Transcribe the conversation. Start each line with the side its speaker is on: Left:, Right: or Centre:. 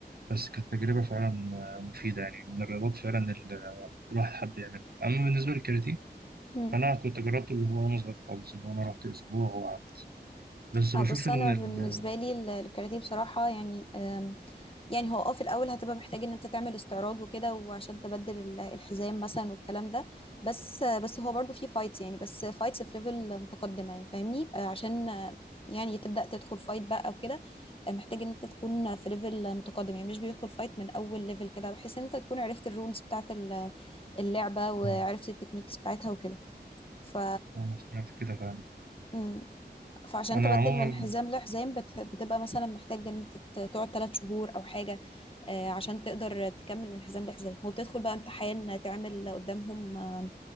Right: بس كانت تجربة فعلا مفيدة يعني من الرياضات فعلا اللي الواحد حب يعملها أما بالنسبة للكاراتيه
Left: مم.
Right: فأنا كنت جربته اللي هو وأنا صغير خالص اللي هو أنا رحت أسبوع وقعدت بس
Left: آه،
Right: بشوف
Left: بص
Right: إن
Left: انا
Right: ال...
Left: بالنسبه لي ال- الكاراتيه بصراحه يعني آم، يعني هو اه في الاول هتبقى محتاج ان انت تعمل استعراض وكده وعشان تبدل ال- الحزام مثلا والكلام ده بس آه، بس هو برضو في فايتس يعني بس فايتس في ليفل متقدمه يعني فاهمني آه، عشان آه، يعني تبدا تدخل فايت بقى وكده آه، محتاج ان انت تكون في ليفل متقدم يعني مش بيدخل فايت من اول ليفل كده بحيث ان انت تكون عرفت الرولز بتاعت ال- اللعبه وعرفت
Right: آه،
Left: التكنيكس بتاعتها وكده ف
Right: أنا سمعت كده فعلا
Left: مم. فعشان
Right: أنا
Left: تبدل
Right: عموما
Left: من حزام لحزام بت- بتبقى مثلا محتاج ان انت ت- تقعد ثلاث شهور او حاجة آه، عشان تقدر تكمل من حزام لحزام وبتدخل بقى امتحان تعمل قدامهم آه،